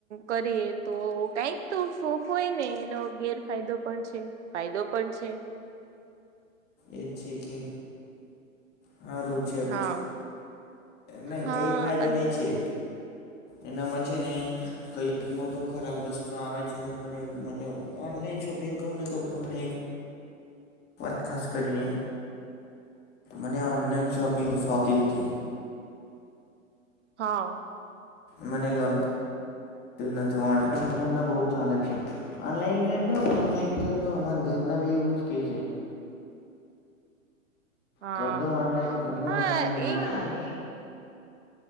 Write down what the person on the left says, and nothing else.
એજ છે, કે સારું છે, પછી
નહી
કંઈક ફાયદો
નહી છે. એનામાં છે, ને કંઈ મોતો ખરાબ વસ્તુ આવે છે, તો મને મ ઓનલાઈન શોપિંગ કહું નેતો તમને. વાત ખાસ કરીને મને ઓનલાઈન શોપિંગ અ ફાવતી નથી‌.
મને ગમતી નથી હોવા ચાલતી છે. ઓનલાઈન કરીદો, ઓનલાઈન કરીદો અમાર ઘરના ભી એવું જકે છે.
કરદો ઓનલાઈન, કરદો
ઓનલાઈન